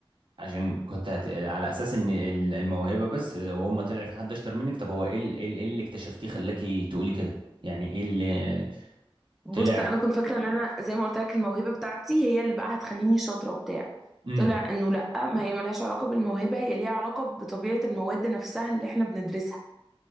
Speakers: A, on the right (about 60°); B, in the centre.
A: عشان كنت هت... على اساس ان ال- الموهبه بس هو اما طلع في حد اشطر منك طب هو ايه ال- ايه ال- إيه اللي اكتشفتيه خلاكي تقولي كده يعني ايه اللي
B: بص
A: طلع
B: انا كنت فاكره ان انا زي ما قلت لك الموهبه بتاعتي هي اللي بقى هتخليني شاطره وبتاع
A: امم
B: طلع انه لا ما هي ملهاش علاقه بالموهبه هي ليها علاقه بطبيعه المواد نفسها اللي احنا بندرسها